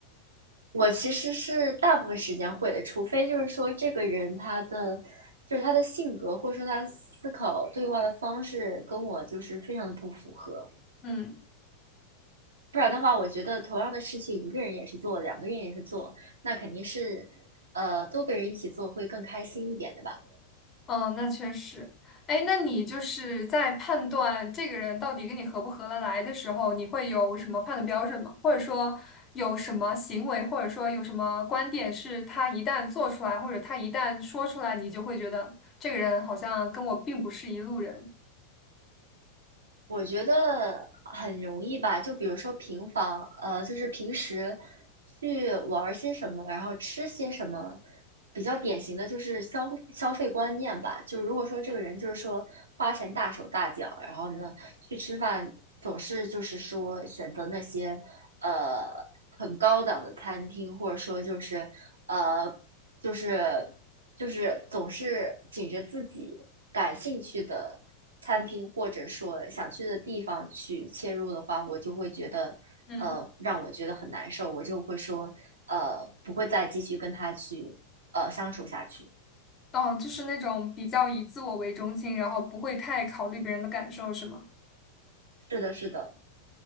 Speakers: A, on the right; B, on the left.
A: 我其实是大部分时间会的，除非就是说这个人他的就是他的性格或者说他的思考对话的方式跟我就是非常的不符合，
B: 嗯。
A: 不然的话，我觉得同样的事情一个人也是做，两个人也是做，那肯定是呃多个人一起做会更开心一点的吧。
B: 哦，那确实。哎，那你就是在判断这个人到底跟你合不合得来的时候，你会有什么判断标准吗？或者说有什么行为，或者说有什么观点，是他一旦做出来，或者他一旦说出来，你就会觉得这个人好像跟我并不是一路人。
A: 我觉得很容易吧，就比如说平房，呃，就是平时去玩儿些什么，然后吃些什么，比较典型的就是消消费观念吧。就如果说这个人就是说花钱大手大脚，然后呢去吃饭总是就是说选择那些呃很高档的餐厅，或者说就是呃就是。就是总是紧着自己感兴趣的餐厅或者说想去的地方去切入的话，我就会觉得，
B: 嗯，
A: 呃，让我觉得很难受，我就会说，呃，不会再继续跟他去，呃，相处下去。
B: 哦，就是那种比较以自我为中心，然后不会太考虑别人的感受，是吗？
A: 是的，是的，